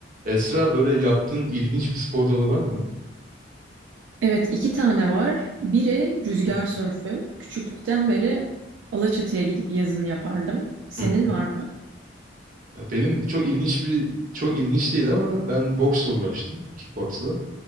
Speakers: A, on the right (about 45°); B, on the right (about 70°).
A: Esra böyle yaptığın ilginç bir spor dalı var mı?
B: Evet, iki tane var. Biri rüzgar
A: Hı
B: sörfü. Küçüklükten beri Alaçatı'ya gidip yazın yapardım. Senin
A: hı. hı.
B: var mı?
A: Ya benim çok ilginç bir çok ilginç değil ama ben boksla uğraştım, kickboksla.